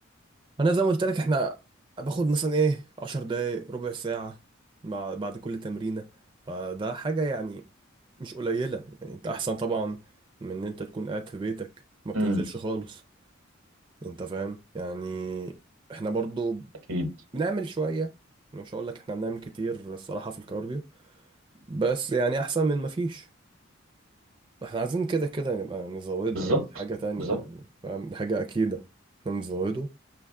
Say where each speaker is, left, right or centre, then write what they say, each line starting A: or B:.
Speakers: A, on the right (about 25°); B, on the right (about 80°).
A: انا زي ما قلت لك احنا باخد مثلا ايه عشر دقايق ربع ساعة مع بعد كل تمرينة فده حاجة يعني مش قليلة يعني انت احسن طبعا من ان انت تكون قاعد في بيتك ما بتنزلش
B: امم
A: خالص انت فاهم يعني احنا برضو
B: اكيد
A: بنعمل شوية مش هقول لك احنا بنعمل كتير الصراحة في الكارديو بس يعني احسن من ما فيش احنا عايزين كده كده نبقى نزوده
B: بالظبط
A: يعني دي حاجة تانية
B: بالظبط
A: يعني فاهم دي حاجة اكيدة احنا نزوده